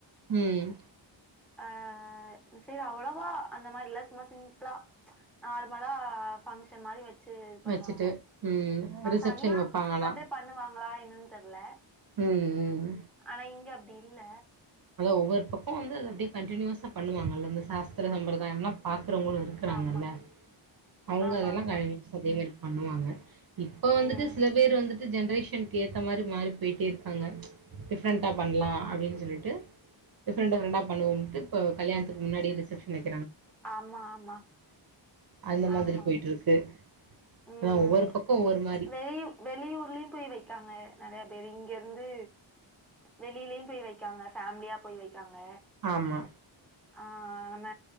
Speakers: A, on the right (about 50°); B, in the centre.
A: உம்
B: ஆஹ் இந்த சைடு அவ்வளோவா அந்த மாரி இல்ல சும்மா சிம்பிளா நார்மலா பங்க்ஷன் மாரி வெச் சு இது பண்ணுவாங்க
A: வச்சுட்டு ம் ரிசப்ஷன்
B: தனியா
A: வப்பாங்க
B: ப்ச்
A: ஆனா
B: கண்டு பண்ணுவாங்களா என்ன தெர்ல
A: ம் ம்
B: ஆனா இங்க அப்படி இல்ல
A: ஒவ்வொரு பக்கம் வந்து அப்படி யே கண்டினியூசா பண்ணுவாங்கல்ல இந்த சாஸ்திரங்கள் படிதா இன்னும் பாக் பாக்குறவங்களும் இருக்கிறாங்கல்ல
B: ஆமா
A: அவுங்க
B: ஆமா
A: அதெல்லா
B: ஆமா
A: கடைப்பிடிச்சு இரு பண்ணுவாங்க இப்ப வந்துட்டு
B: ம்
A: சில பேர் வந் ஜென்ரேஷனுக்கு ஏத்த மாரி மாறி போயிட்டே இருக்காங்க ப்ச் டிஃப்ரெண்டா பண்ணலா அப்படின்னு சொல்ட்டு டிஃப்ரெண்ட் டிஃப்ரெண்டா பண்ணுவோம்ட்டு இப்ப கல்யாணத்துக்கு முன்னாடியே ரிசப்ஷன் வெக்
B: ஆமா ஆமா
A: அந்த மாதிரி
B: ஆமா
A: போயிட்ருக்கு
B: உம்
A: அதா ஒவ்வொரு பக்கோ
B: ப்ச்
A: ஒவ்வொரு
B: ப்ச்
A: மாரி
B: வெளி வெளியூர்லயும் போய் வெக்காங்க நிறயா பேரு இ எந்து வெளியிலயும் போய் வைக்காங்க பேமிலியா போய் வை இருக்காங்க
A: ஆமா
B: ஆ‌ நம்ம